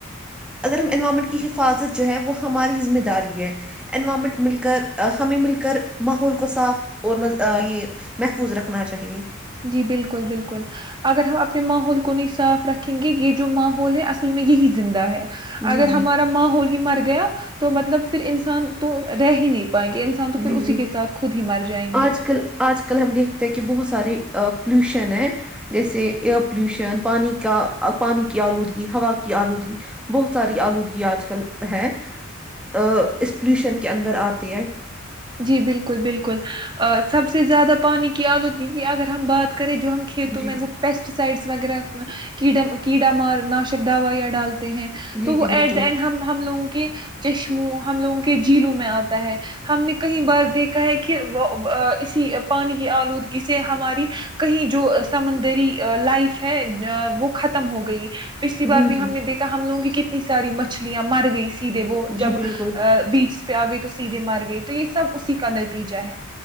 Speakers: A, in the centre; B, on the right (about 20°).
A: اگرم انوائرمنٹ کی حفاظت جو ہے وہ ہماری ذمہ داری ہے انوائرمنٹ مل کر ہمیں مل کر ماحول کو صاف اور یہ محفوظ رکھنا چاہیے
B: جی بالکل بالکل اگر ہم اپنے ماحول کو نہیں صاف رکھیں گے یہ جو ماحول ہے اصل میں یہی زندہ ہے
A: جی
B: اگر
A: جی
B: ہمارا ماں ہوول مر گیا تو مطلب پھر انسان تو رہ ہی نہیں پ پائیں گے انسان تو پھر
A: جی
B: اسی
A: جی
B: کے ساتھ خود ہی مر جائیں
A: آج
B: گے
A: کل آج کل ہم دیکھتے کہ بہت سارے پلیوشن ہے جیسے ایئر پولوشن پانی کا پانی کی آلودگی ہوا کی آلودگی بہت ساری آلودگی آج کل ہے اس پلیوشن کے اندر آتی ہے
B: جی بالکل بالکل سب سے زیادہ پانی کی آلودگی کی اگر ہم بات کریں جو ہم کھیتوں
A: جی
B: میں وہ پیسٹ سائڈس وغیرہ کیڈا کییڑا مار ناشک دوایاں ڈالتے ہیں
A: جی
B: تو وہ
A: جی بالکل
B: ایٹ دا اینڈ ہم ہم لوگوں کو کے چشموں ہم لوگوں کے جیلوں میں آتا ہے ہم نے کئی بار دیکھا ہے کہ وہ اسی پانی کی آلودگی سے ہماری کہیں جو سمندری لائف ہے وہ ختم ہو گئی پچھلی بار
A: جی
B: بھی ہم
A: جی
B: نے دیکا ہم لگوں کی کتنی ساری مچھلں مر گئی دے وہ جب
A: جی بالکل
B: بیچ پ آ گئے تو سیدھے مار گئے تو یہ سب اسی کا نتیجہ ہے